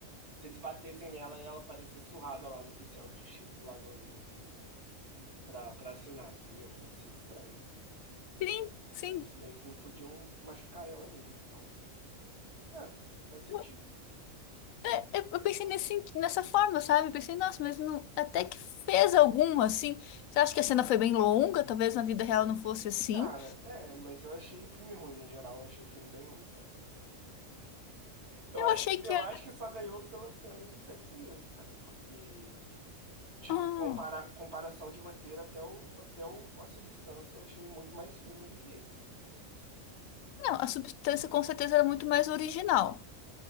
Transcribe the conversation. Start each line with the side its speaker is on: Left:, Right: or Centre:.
Right: Se eles batessem nela, ela parecia surrada lá no oficial de justiça, lá no, no, no- pra, pra assinar, entendeu? Ia ser estranho.
Left: Sim,
Right: Então,
Left: sim.
Right: eles meio que não podiam machucar ela mesmo. Então, é, faz sentido.
Left: Eu, é, é, eu pensei nesse, senti- nessa forma, sabe? Eu pensei, nossa, mas não, até que fez algum, assim. Você acha que a cena foi bem longa? Talvez na vida real não fosse assim.
Right: Cara, é, mas eu achei o filme ruim, no geral, eu achei o filme bem ruim, sério. Eu
Left: Eu
Right: acho
Left: achei
Right: que,
Left: que...
Right: eu
Left: era-
Right: acho que só ganhou pelas cenas de sexo mesmo, cara, porque Tipo,
Left: ah,
Right: compara comparação de roteiro até, o, até o, a substância, eu achei muito mais filme do que esse.
Left: não, a substância com certeza era muito mais original.